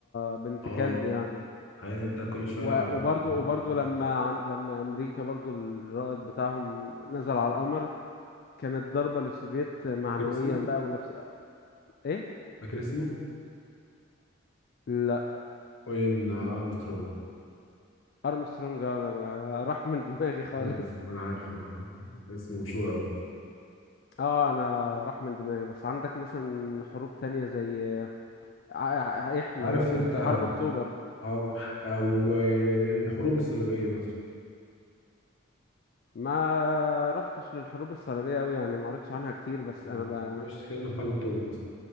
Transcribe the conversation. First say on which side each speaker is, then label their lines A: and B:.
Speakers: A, on the left; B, on the left.
A: بنت
B: اه
A: كلب يعني
B: هل انت كل شويه
A: و- وبرضو
B: عمال
A: وبرضو
B: فاكر
A: لما عن- لما امريكا برضو الرائد بتاعهم نزل على القمر كانت ضربة للسوفييت معنويا
B: اسمه
A: بقى ونفس ايه
B: فاكر اسمه
A: لا
B: اوين ارمسترونج
A: ارمسترونج آه، انا <laughs> ما- راح من دماغي خالص
B: أوين، انا عارف اسمه مشهور قوي
A: اه انا راح من دماغي بس عندك مثلا حروب تانية زي ع- ع- احنا
B: عارف
A: مثلا
B: انت
A: حرب اكتوبر
B: أو أو الحروب الصليبية مثلا
A: ما رحتش للحروب الصليبية اوي يعني ما قريتش عنها كتير بس انا
B: آه،
A: ب...
B: مش خلينا في حرب أكتوبر مثلا